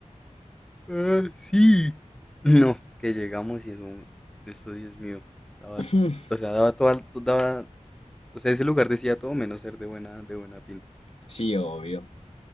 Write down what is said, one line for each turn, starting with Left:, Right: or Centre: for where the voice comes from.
Centre: Ah, sí. No, que llegamos y eso, eso, Dios mío, daba,
Left: <laughs>
Centre: o sea, daba toda, daba, o sea, ese lugar decía todo menos ser de buena, de buena pinta.
Left: Sí, obvio.